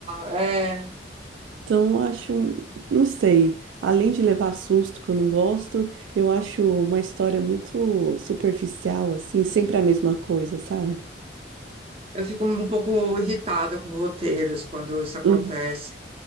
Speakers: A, on the right; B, on the right.
A: É.
B: Então, eu acho, não sei, além de levar susto que eu não gosto, eu acho uma história muito superficial, assim, sempre a mesma coisa, sabe?
A: Eu fico um pouco irritada com roteiros quando isso acontece.
B: Hum.